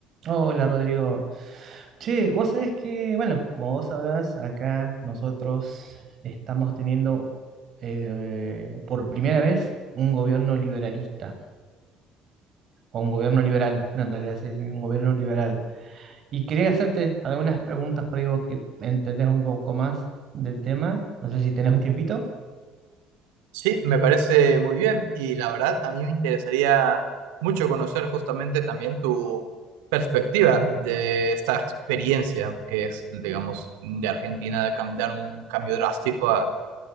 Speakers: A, on the right (about 50°); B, on the right (about 75°).
A: Hola Rodrigo. Che, vos sabés que, bueno, como vos sabrás, acá nosotros estamos teniendo eh, por primera vez un gobierno liberalista, o un gobierno liberal, en realidad se dice un gobierno liberal. Y quería hacerte algunas preguntas por ahí vos que entendés un poco más del tema. No sé si tenés un tiempito.
B: Sí, me parece muy bien y la verdad a mí me interesaría mucho conocer justamente también tu perspectiva de esta experiencia que es, digamos, de Argentina de cam- dar un cambio drástico a